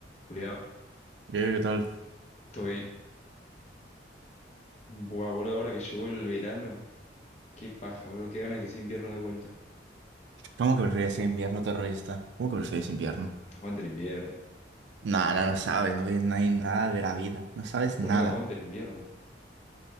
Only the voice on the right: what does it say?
Diego, ¿qué tal?
¿Cómo que prefieres invierno terrorista? ¿Cómo que prefieres invierno?
Nada, no sabes, no tienes ni- nada de la vida, no sabes
nada.